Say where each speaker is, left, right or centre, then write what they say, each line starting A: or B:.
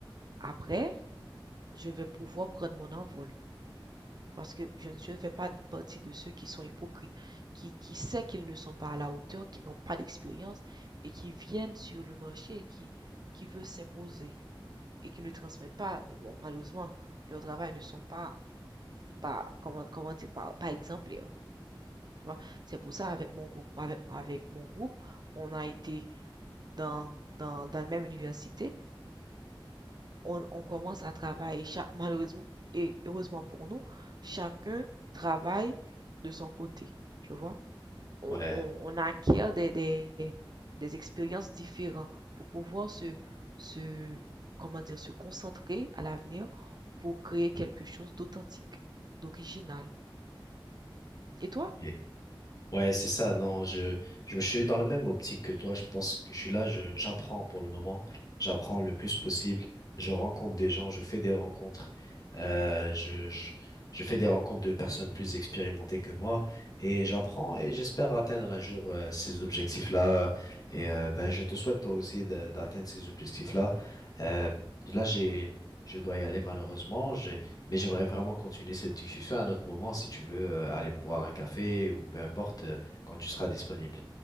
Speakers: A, on the right; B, on the left.
A: Après, je vais pouvoir prendre mon envol. Parce que je je ne fais pas partie de ceux qui sont hypocrites, qui qui sait qu'ils ne sont pas à la hauteur, qui n'ont pas d'expérience et qui viennent sur le marché et qui qui veulent s'imposer et qui ne transmettent pas, bon, malheureusement, leur travail ne sont pas pas comment comment dire pas, pas exemplaires, tu vois. C'est pour ça avec mon groupe avec, avec mon groupe, on a été dans dans dans la même université, on, on commence à travailler chaque, malheureusement et heureusement pour nous, chacun travaille de son côté, tu vois. on,
B: Ouais.
A: on, on acquiert des, des, des expériences différentes pour pouvoir se, se, comment dire, se concentrer à l'avenir pour créer quelque chose d'authentique, d'original. Et toi?
B: Yeah. Ouais, c'est ça. Non, je, je me suis dans la même optique que toi. Je pense que je suis là, je, j'apprends pour le moment. J'apprends le plus possible. Je rencontre des gens, je fais des rencontres. Euh, je, je, je fais des rencontres de personnes plus expérimentées que moi et
A: Mhm.
B: j'apprends et j'espère atteindre un jour euh, ces objectifs-là. Et euh, ben, je te souhaite toi aussi de- d'atteindre ces objectifs-là. Euh, là, j'ai, je dois y aller malheureusement. J'ai mais j'aimerais vraiment continuer cette discussion à un autre moment si tu veux euh, aller boire un café ou peu importe euh, quand tu seras disponible.